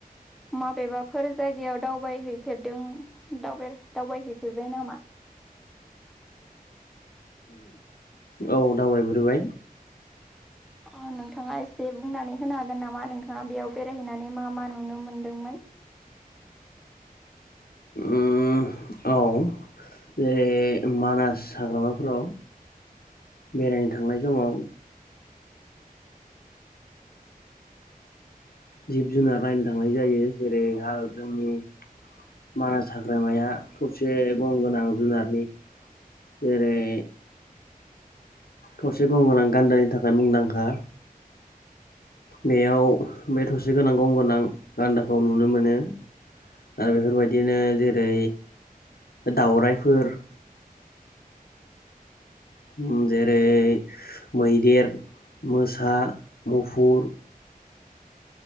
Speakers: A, in the centre; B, on the left.
A: माबेबाफोर जायगायाव दावबायहैफेरदों दावबायहैफेरबाय नामा
B: औ दावबायहैफेरबाय
A: अ नोंथाङा एसे बुंनानै होनो हागोन नामा नोंथाङा बेयाव बेरायहैनानै मा मा नुनो मोनदोंमोन
B: उम औ जेरै मानास हाग्रामाफोराव बेरायनो थांनाय समाव जिब जुनार रायनो थांनाय जायो जेरै आ जोंनि‌ मानास हाग्रामाया थरसे गं गोनां जुनारनि जेरै थरसे गं गोनां गान्दानि थाखाय मुंदांखा। बेयाव बे थसे गोनां गं गोनां गान्दाखौ नुनो मोनो। आरो बेफोरबायदिनो जेरै दावरायाइफोर उम जेरै मैदेर, मोसा, मुफुर,